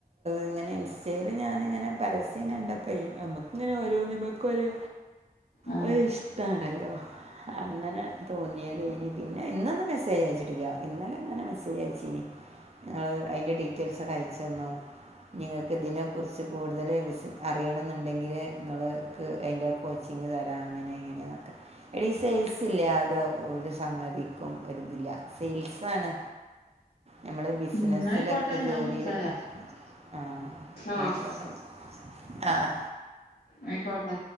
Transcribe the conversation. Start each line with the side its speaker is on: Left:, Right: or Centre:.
Right: ഇങ്ങനെ ഇൻസ്റ്റേൽ ഞാനിങ്ങനെ പരസ് കണ്ടപ്പ നമ്മക്ക ഇങ്ങനെ ഓരോ മ്മക്ക് ഓരോ
Left: ആഹ്
Right: ഒരു ഇഷ്ടാണല്ലോ അങ്ങനെ തോന്നിയത് ഇനി പിന്നെ ഇന്നൊന്ന മെസ്സേജ് അയച്ചിട്ടില്ല ഇന്നലെ അങ്ങനെ മെസ്സേജ് അയച്ചീനി ങ്ങള് അതിന്റെ ഡീറ്റെയിൽസ് ക്കെ അയ്ച്ചന്നു ഇനി ങ്ങൾക്ക് ഇതിനെ കുറിച്ച് കൂടുതൽ അറിയണം ന്നുണ്ടെങ്കില് നിങ്ങള് ക്ക് അയിന്റെ കോച്ചിങ് തരാം അങ്ങനെ ഇങ്ങനെൊക്കെ എടി സെയിൽസ് ഇല്ലാതെ ഒരു സംഗതിക്കും ഒരുതില്ല. സെയിൽസ് ആണ് നമ്മള് ബിസിനസിലൊക്കെ
Left: ഉം എന്നാ ആയിക്കോട്ടെ
Right: ജോലിയിലൊക്കെ
Left: ഞാൻ വിളിച്ചാ
Right: ആഹ എന്നായിക്കോട്ടന്ന്
Left: ആഹ്
Right: അ ആ
Left: ആയിക്കോട്ടെ